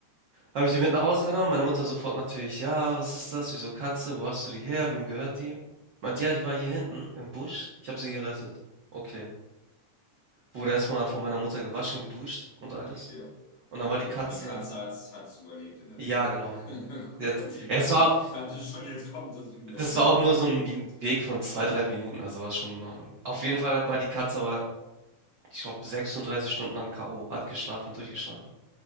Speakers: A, on the right; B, on the left.
A: Habe ich die mit nach Hause genommen, meine Mutter sofort natürlich, ja, was ist das, wieso Katze, wo hast du die her, wem gehört die? Meint, ja, die war hier hinten im Busch, ich habe sie gerettet. Okay. Wurde erstmal von meiner Mutter gewaschen, geduscht und alles.
B: ja.
A: Und
B: Aber
A: dann war die
B: so,
A: Katze,
B: die Katze hat's, hat's überlebt in der
A: ja,
B: Tüte.
A: genau.
B: <laughs>
A: Sie hat,
B: Und ich
A: ja,
B: dachte,
A: es war,
B: ich dachte schon, jetzt kommt das üble
A: Das
B: Ende.
A: war auch nur
B: Nein,
A: so ein Min
B: <laughs> gut.
A: Weg von zwei
B: Gut.
A: 3 Minuten, also war schon in Ordnung. Auf jeden
B: Okay,
A: Fall
B: gut.
A: war die Katze aber, ich glaube, 36 Stunden lang K.O., hat geschlafen, durchgeschlafen